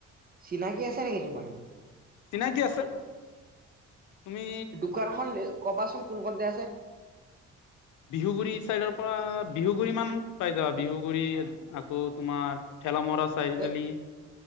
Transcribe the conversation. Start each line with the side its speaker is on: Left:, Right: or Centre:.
Right: চিনাকি আছে নেকি তোমাৰ?
Left: চিনাকি আছে। তুমি
Right: দোকানখন কবাচোন কোন কতে আছে?
Left: বিহুগুৰি চাইদৰ পৰা বিহুগুৰি মান পাই যাবা বিহুগুৰি। আকৌ তোমাৰ ঠেলা মৰা চাৰিআলি।
Right: এ